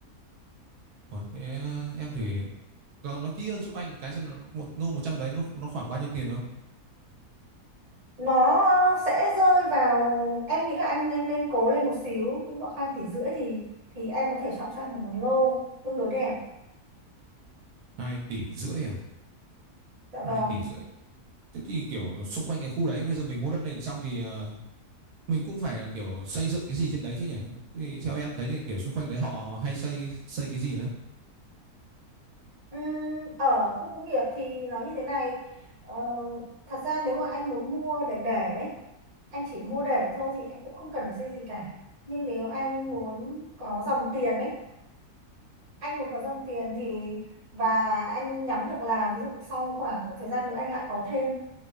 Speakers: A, on the right (about 80°); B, on the right (about 35°).
A: Ủa, thế ờ, em thì nó nó kỹ hơn giúp anh cái xem là nó- một lô 100 đấy nó nó khoảng bao nhiêu tiền đúng không
B: nó sẽ rơi vào em nghĩ là anh nên nên cố lên một xíu khoảng hai tỷ rưỡi thì thì em có thể chọn cho anh được một lô tương đối đẹp
A: hai tỷ rưỡi à
B: dạ vâng
A: hai tỷ rưỡi Thế thì kiểu xung quanh cái khu đấy bây giờ mình mua đất nền xong thì ờ, mình cũng phải à, kiểu xây dựng cái gì trên đấy chứ nhỉ thì theo em thấy thì kiểu xung quanh đấy họ hay xây xây cái gì đó
B: Ừm, ở khu công nghiệp thì nó như thế này ờ, thật ra nếu mà anh muốn mua để để ấy, anh chỉ mua để thôi thì anh cũng không cần phải xây gì cả nhưng nếu anh
A: Ừ.
B: muốn có dòng tiền ấy anh muốn có dòng tiền thì và anh nhắm được là ví dụ sau khoảng một thời gian nữa anh lại có thêm